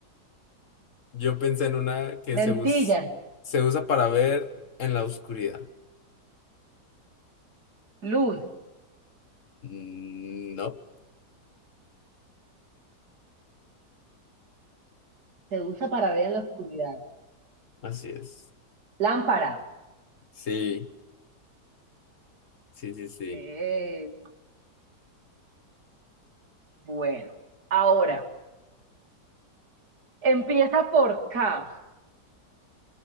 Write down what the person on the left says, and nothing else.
Yo pensé en una que
se us- se usa para ver en la oscuridad.
Mm, No,
así es.
Sí, sí, sí, sí.